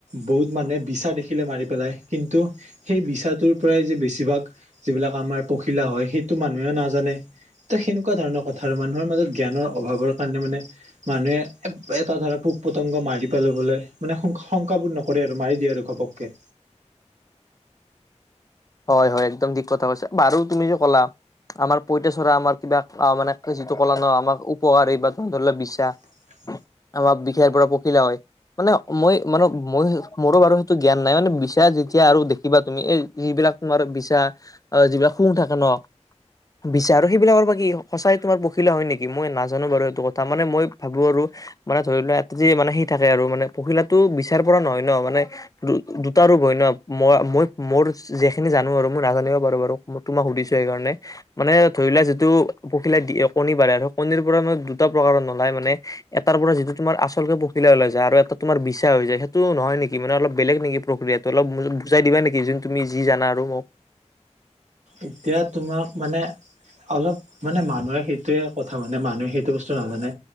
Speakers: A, on the right; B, on the left.
A: বহুত মানুহে বিচা দেখিলে মাৰি পেলাই, কিন্তু সেই বিচাটোৰ পৰাই যে বেছিভাগ- যিবিলাক আমাৰ পখিলা হয় সেইটো মানুহে নাজানে- ত সেনেকুৱা ধৰণৰ কথা আৰু মানুহৰ মাজত জ্ঞানৰ অভাৱৰ কাৰণে মানে- মানে এটা ধৰা পোক পতংগ মাৰি- দি পালো বোলে, মানে শংকাবোধ নকৰে আৰু মাৰি দিয়ে আৰু ঘপকে।
B: হয় হয় একদম ঠিক কথা কৈছে বাৰু তুমি যে কলা- আমাৰ পইতাচৰা আমাৰ কিবা মানে যিটো কলাৰ আমাৰ উপহকাৰী বা ধৰি ল বিচা।
A: <unintelligible>
B: আমাৰ বিখেই পৰা পখিলা হয়। মানে মই মানে মই মোৰো বাৰু সেইটো জ্ঞান নাই মানে বিচাই যেতিয়া আৰু দেখিবা তুমি এই যিবিলাক- তোমাৰ বিছা যিবিলাক শুঙ থাকে ন। বিচা আৰু সেইবিলাকৰ বা কি সঁচাই তোমাৰ পখিলা হয় নেকি? মই নাজানো বাৰু সেইটো কথা মানে মই ভাবো আৰু মানে ধৰি লোৱা এটা যি মানে সি থাকে আৰু মানে পখিলাটো বিচাৰ পৰা নহয় ন' মানে দুটা ৰূপ হয় ন, মই মই মোৰ যে সেইখিনি জানো আৰু মই নাজানিব বাৰু বাৰু। তোমাক সুধিছো সেইকাৰণে। মানে ধৰি লোৱা যিটো পখিলাই দি কণী পাৰে আৰু, কণীৰ পৰা মান দুটা প্ৰকাৰৰ নলায় মানে? এটাৰ পৰা যিটো তোমাৰ আচলকে পখিলা ওলাই যায়, আৰু এটা তোমাৰ বিচা হৈ যায়, সেইটো নহয় নেকি মানে অলপ বেলেগ নেকি প্ৰক্ৰিয়াটো অলপ বুজাই দিবা নেকি যোন তুমি জানা আৰু মোক?
A: এতিয়া তোমাক মানে অলপ মানে মানুহে সেইটোৱে কথা মানে, মানুহে সেইটো বস্তু নাজানে।